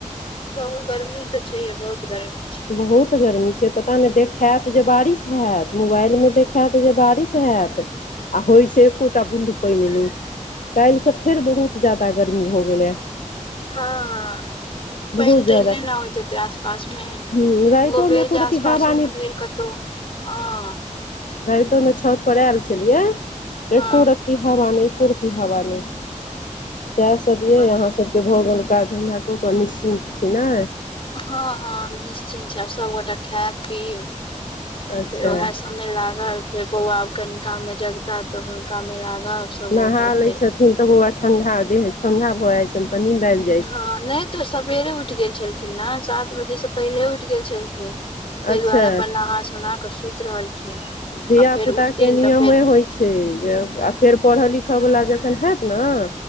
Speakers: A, on the left; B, on the left.
A: कहु गर्मी तऽ छैहे बहुत गर्मी छै,
B: बहुत गरमी छै पता नहि देखत जे बारिश हैत मोबाइलमे देखत जे बारिश हैत आ होइ छै एकोटा बुन्दू पाइन नै काइल सँ फेर बहुत ज्यादा गर्मी भऽ गेलैए।
A: हँ हँ पाइन
B: बहुत
A: ताइन
B: ज्यादा
A: नय नऽ होइत आस पास मे एगो
B: ह राइतो
A: भेल
B: मे एको
A: जे
B: रति
A: आस
B: हवा
A: पासो मे भेल कतहु हँ,
B: रातोमे छत पर आयल छलियै
A: हँ
B: एको र ती हवा नय एको रती हवा नइ सै सोचियै
A: बतो
B: अहाँ सब केँ भऽ गेल काज धन्धा कऽ कऽ निश्चिन्त छी नै
A: हँ, हँ हम निश्चिन्त छी आब सबगोटा खाय-पीब
B: अच्छा
A: फेर ओहै सब मे लागल, फेर बौआ आब कनि काल मे जगता तऽ हुनका मे लागब सबगोटा
B: नहा
A: फेर
B: ले छथिन तऽ बौआ ठंडा देह ठंडा भऽ जाय छनि त नीन्द आइब जा
A: हँ नय तऽ सेबेरे उठि गेल छलखिन ने सात बजेसँ पहिले उठि गेल छलखिन ताहि
B: अच्छा
A: दुआरे अपन नहा सोना कऽ सुति रहलखिन
B: धिय
A: आ फेर
B: पुता
A: उठथिन
B: केँ नियमे
A: तऽ फेर
B: होइ छै जे आ फेर पढ़ऽ लिखऽ वला जखन हयत नऽ